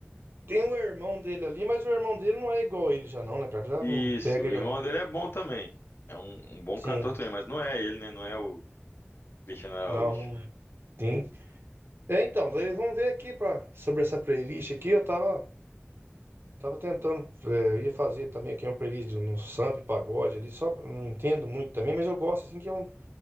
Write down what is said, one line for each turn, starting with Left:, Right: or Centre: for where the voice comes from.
Right: Tem o irmão dele ali, mas o irmão dele não é igual ele já não, né, cara? Já
Left: Isso,
Right: não pega
Left: o
Right: ele
Left: irmão
Right: não.
Left: dele é bom também. É um, um bom
Right: Sim.
Left: cantor também, mas não é ele, né? Não é o Cristiano Araújo.
Right: Não, não tem. É, então, daí vamos ver aqui pra, sobre essa playlist aqui. Eu tava, tava tentando, é, eu ia fazer também aqui uma playlist no samba e pagode ali, só pra- não entendo muito também, mas eu gosto assim que é um